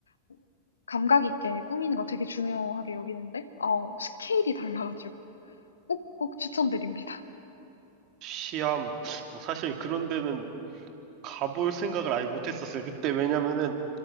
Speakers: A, on the left; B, on the right.
A: 뭐 감각 있게 꾸미는 거 되게 중요하게 여기는데 어 스케일이 달라가지고 꼭꼭 추천드립니다.
B: 시암 어, 사실 그런 데는 가볼 생각을 아예 못했었어요. 그때 왜냐면은